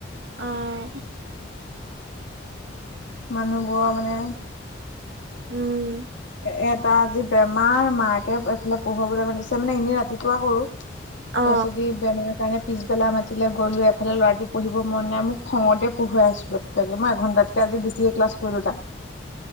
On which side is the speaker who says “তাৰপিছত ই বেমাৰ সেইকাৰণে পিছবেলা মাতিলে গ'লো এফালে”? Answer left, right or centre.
Left